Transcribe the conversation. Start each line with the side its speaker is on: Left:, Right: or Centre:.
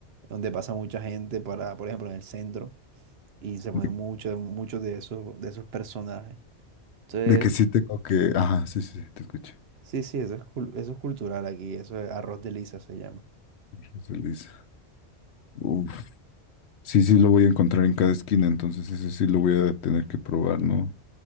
Right: donde pasa mucha gente para, por ejemplo, en el centro, y se ponen
Left: De,
Right: muchos, muchos de esos, de esos personajes. Entonces,
Left: de que sí tengo que. Ajá, sí, sí, sí, te escucho.
Right: sí, sí, eso es, cul- eso es cultural aquí, eso es arroz de lisa se llama.
Left: José Luis. Uf. Sí, sí, lo voy a encontrar en cada esquina, entonces ese sí lo voy a tener que probar, ¿no?